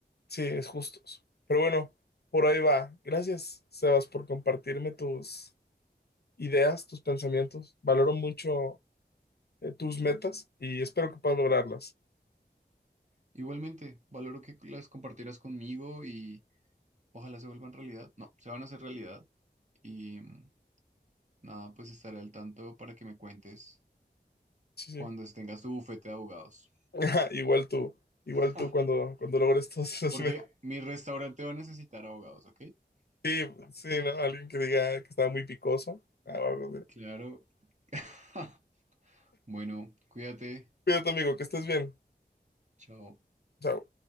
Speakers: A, on the left; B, on the right.
A: sí, es justos. Pero bueno, por ahí va. Gracias, Sebas, por compartirme tus ideas, tus pensamientos. Valoro mucho, eh, tus metas y espero que puedas lograrlas.
B: Igualmente, valoro que las compartieras conmigo y Ojalá se vuelvan realidad. No, se van a hacer realidad. Y mm, nada, pues estaré al tanto para que me cuentes
A: Sí, sí.
B: cuando tengas tu bufete de abogados.
A: <laughs> Igual tú, igual
B: <laughs>
A: tú cuando, cuando logres todos los...
B: Porque
A: me-
B: mi restaurante va a necesitar abogados, ¿ok?
A: <laughs> Sí, sí, ¿no? Alguien que diga que estaba muy picoso. Ah, va, va, va.
B: Claro. <laughs> Bueno, cuídate.
A: Cuídate, amigo, que estés bien.
B: Chao.
A: Chao.